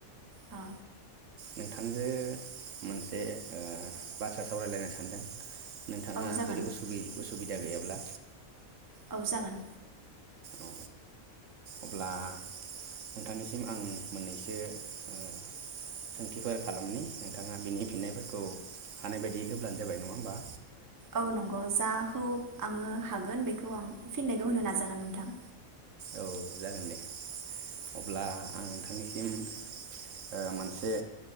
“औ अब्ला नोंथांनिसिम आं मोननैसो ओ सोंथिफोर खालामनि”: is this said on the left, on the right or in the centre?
Right